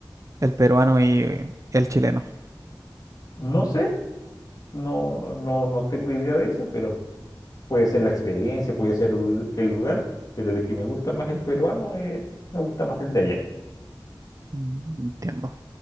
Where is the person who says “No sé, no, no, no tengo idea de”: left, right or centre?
Left